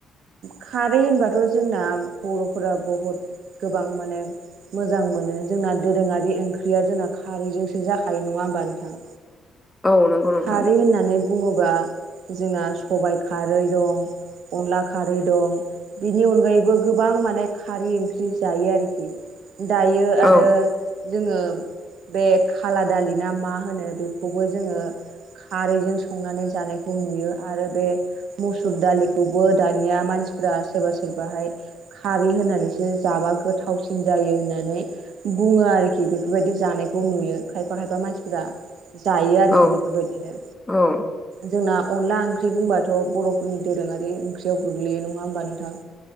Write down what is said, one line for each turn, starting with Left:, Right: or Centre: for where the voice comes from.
Right: खारै होनबाथ' जोंना बर'फोरा बहुद गोबां माने मोजां मोनो जोंना दोरोंङारि ओंख्रिया जोंना खारैजोंसो जाखायो नङा होमबा नोंथां
Left: <inaudible> नंगौ नोंथां
Right: खारै होननानै बुङोबा जोंना सबाइ खारै दं अनला खारै दं बिनि अनगायैबो गोबां माने खारै ओंख्रि जायो आरोखि दायो आरो
Left: औ
Right: जोंङो बे खाला दालि ना मा होनो बेखौबो जोंङो खारैजों संनानै जानायखौ नुयो आरो बे मुसुर दालिखौबो दानिया मानसिफ्रा सोरबा सोरबाहाय खारै होनानैसो जाबा गोथावसिन जायो होननानै बुङो आरोखि बेफोरबायदि जानायखौ नुयो खायफा खायफा मानसिफोरा जायो आरोखि
Left: औ
Right: बेफोरबायदिनो
Left: औ
Right: जोंना अनला ओंख्रि बुंबाथ' बर'फोरनि दोरोंङारि ओंख्रि याव गोग्लैयो नंङा होमबा नोंथां